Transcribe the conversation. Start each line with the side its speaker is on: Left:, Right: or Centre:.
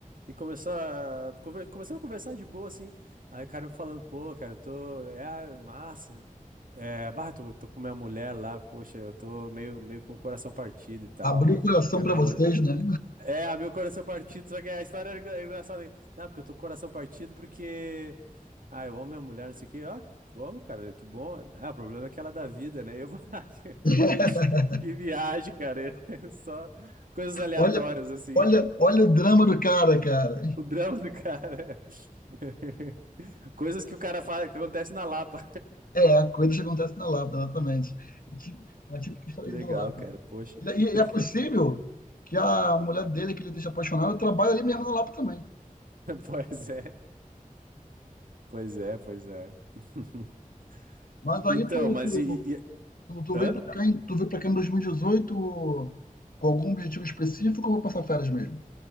Right: e começou a, conver, começamos a conversar de boa, assim, aí o cara me falando, pô, cara, eu tô, é, ah, massa, é, bah, tô, tô com minha mulher lá, poxa, eu tô meio, meio com o coração partido e tal.
Left: abrir o coração
Right: Que a
Left: para
Right: minha
Left: vocês,
Right: mulher.
Left: né?
Right: É, a meu coração partido, só que a história é engra- é engraçada. Não, porque eu tô com o coração partido porque. Ah, eu amo minha mulher, não sei o quê. Ah, vamos, cara, que bom. Ah, o problema é que ela dá vida, né? Eu vou. <laughs>
Left: <laughs>
Right: Que viagem, cara. <laughs> Só coisas aleatórias,
Left: Olha,
Right: assim.
Left: olha, olha o drama do cara, cara.
Right: O drama do cara. <laughs> Coisas que o cara faz, que acontece na Lapa.
Left: É, coisas que acontecem na Lapa, exatamente. Tipo- Uma típica
Right: <laughs>
Left: história
Right: Legal,
Left: da Lapa.
Right: cara, poxa.
Left: E,
Right: <laughs>
Left: e é possível que a mulher dele, que ele deixa apaixonado, trabalhe ali mesmo na Lapa também.
Right: Pois é, pois é, pois é. <laughs>
Left: Mas aí
Right: Então,
Left: tu,
Right: mas
Left: tu,
Right: e. e... e-
Left: tu, tu
Right: Hã?
Left: veio para cá, em- tu veio para cá em 2018 com algum objetivo específico ou vou passar férias mesmo?